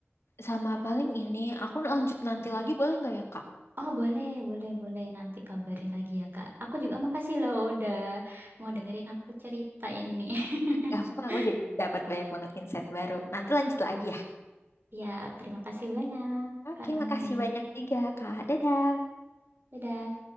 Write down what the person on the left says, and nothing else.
Sama paling ini, aku lanjut nanti
lagi boleh nggak ya Kak?
Gak apa-apa, aku jadi dapat banyak banget insight baru. Nanti lanjut lagi ya.
Oke,
makasih banyak juga, Kak. Dadah.